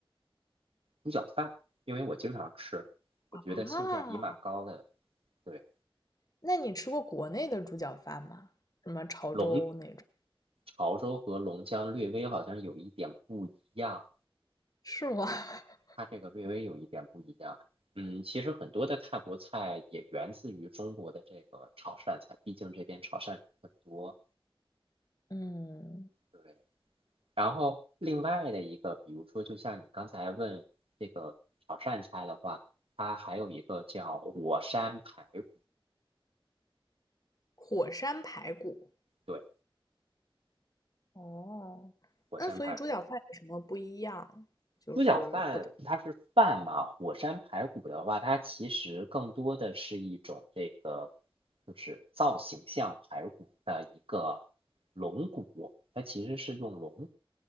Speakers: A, on the right (about 85°); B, on the left (about 40°).
A: 猪脚饭，因为我经常吃，我觉得性价比蛮高的。
B: 啊，
A: 对。
B: 那你吃过国内的猪脚饭吗？什么潮州那种？
A: 龙潮州和龙江略微好像有一点不一样，
B: 是吗？<laughs>
A: 它这个略微有一点不一样。嗯，其实很多的泰国菜也源自于中国的这个潮汕菜，毕竟这边潮汕人很多。
B: 嗯，
A: 对，然后另外的一个，比如说，就像你刚才问这个潮汕菜的话，它还有一个叫火山排骨，
B: 火山排骨。
A: 对，
B: 哦，
A: 火山排骨。
B: 那所以猪脚饭有什么不一样？就是不同。
A: 猪脚饭它是饭嘛，火山排骨的话，它其实更多的是一种这个，就是造型像排骨的一个龙骨，它其实是用龙，